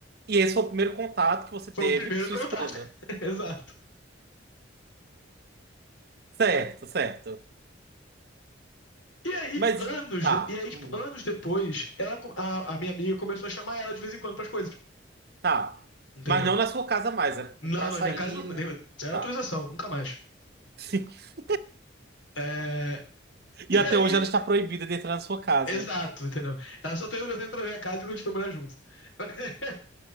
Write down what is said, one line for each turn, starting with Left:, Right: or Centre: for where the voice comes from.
Right: E esse foi o primeiro contato que você teve
Left: Foi o primeiro
Right: com sua
Left: contato.
Right: esposa.
Left: <laughs> Exato.
Right: Certo, certo.
Left: E aí,
Right: Mas
Left: anos,
Right: tá.
Left: de- e aí, tipo,
Right: Hum,
Left: anos depois, ela, co- a, a minha amiga começou a chamar ela de vez em quando pras coisas.
Right: tá.
Left: Entendeu?
Right: Mas não na sua casa mais, era
Left: Não,
Right: pra
Left: não,
Right: sair,
Left: minha casa não, nem-
Right: né?
Left: zero
Right: Tá.
Left: autorização, nunca mais.
Right: <laughs>
Left: É,
Right: E
Left: e
Right: até
Left: aí,
Right: hoje ela está proibida de entrar na sua casa.
Left: exato, entendeu? Ela só tem autorização pra entrar na minha casa quando a gente foi morar junto. <laughs>